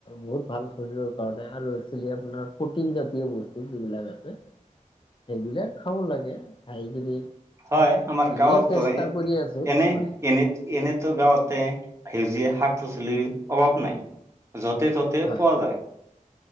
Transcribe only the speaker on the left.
বহুত ভাল শৰীৰৰ কাৰণে আৰু আছিল আপোনাৰ প্ৰটিন জাতীয় বস্তু যিবিলাক আছে। সেইবিলাক খাব লাগে খাই কিনি
আমিও
চেষ্টা কৰি আছো
হয়
হয়